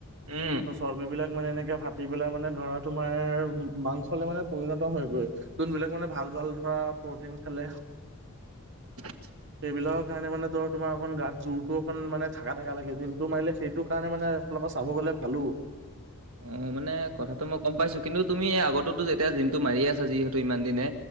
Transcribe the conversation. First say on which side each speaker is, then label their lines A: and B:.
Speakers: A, on the right (about 80°); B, on the right (about 55°).
A: উম।
B: ত' চৰ্বি বিলাক মানে এনেকে ফাটি পেলাই মানে ধৰা তোমাৰ। মাংসলে মানে পৰিণত হয় গৈ, যোনবিলাক মানে ভাল ভাল ধৰা প্ৰটিন খালে। <inaudible>
A: <inaudible>
B: সেইবিলাকৰ কাৰণে মানে ধৰা তোমাৰ অকণ গাত জোৰতো অকণ মানে থাকা থাকা লাগে জিমটো মাৰিলে, সেইটো কাৰণে মানে। সেই ফালৰ পৰা চাব গ'লে ভালো।
A: অ', মানে কথাটো মই গম পাইছো, কিন্তু তুমি আগততো যেতিয়া জিমটো মাৰি আছা যিহেতু ইমান দিনে।